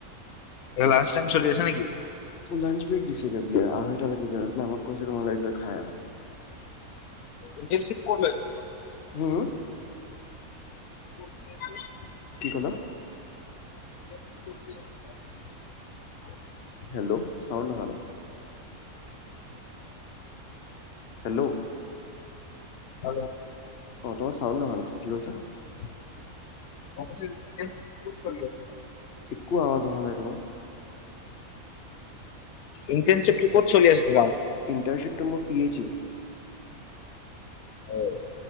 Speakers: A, on the left; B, on the left.
A: লাঞ্চ টাইম চলি আছে নেকি?
B: লাঞ্চ ব্ৰেক দিছেগৈ বোলে আৰু আঢ়ৈ টা লৈকে, আমাক কৈছে তোমালোকে বোলে খাই আহা।
A: ইণ্টাৰনশিপ কত লৈছা?
B: হু', হু'।
A: <unintelligible>
B: কি ক'লা?
A: <unintelligible>
B: হেল্ল' চাউণ্ড অহা নাই? হেল্ল'?
A: হেল্ল'?
B: অ' তোমাৰ চাউণ্ড অহা নাছিল, কি কৈছা?
A: মই কৈছোঁ ইন্টাৰ্ণশ্বিপ ক'ত কৰিলা?
B: একো আৱাজ অহা নাই তোমাৰ।
A: ইণ্টাৰনচিপটো ক'ত চলি আছে তোমাৰ?
B: ইণ্টাৰণশিপটো মোৰ পি এইচ ইও।
A: হয়।